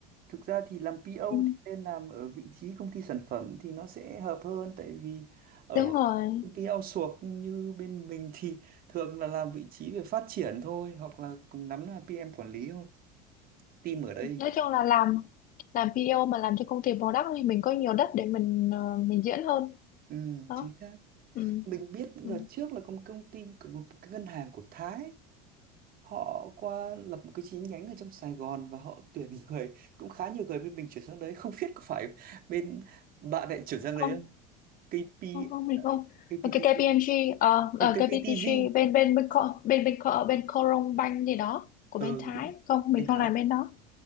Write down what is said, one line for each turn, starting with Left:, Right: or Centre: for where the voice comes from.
Right: thực ra thì làm PO
Left: Ừ.
Right: thì nên làm ở vị trí công ty sản phẩm thì nó sẽ hợp hơn tại vì ở
Left: đúng rồi
Right: công ty outsource như bên mình thì thường là làm vị trí về phát triển thôi hoặc là cùng lắm là PM quản lý thôi team ở đây
Left: nói chung là làm làm PO mà làm cho công ty product thì mình có nhiều đất để mình ờ, mình diễn hơn
Right: ừ,
Left: đó
Right: chính xác
Left: ừ.
Right: mình biết đợt
Left: Ừ.
Right: trước là có một công ty của một cái ngân hàng của Thái họ qua lập một cái chi nhánh ở trong Sài Gòn và họ tuyển người cũng khá nhiều người bên mình chuyển sang đấy không biết có phải bên bạn lại chuyển sang
Left: không
Right: đấy KP
Left: không không mình không
Right: KPTG
Left: Ờ, cái KPMG ờ,
Right: không
Left: ờ,
Right: KPTG
Left: KPTG bên bên bên Co- bên bên Co- bên Coron Bank gì đó của
Right: ừ
Left: bên Thái
Right: đúng
Left: không mình
Right: anh
Left: không
Right: Thái
Left: làm bên đó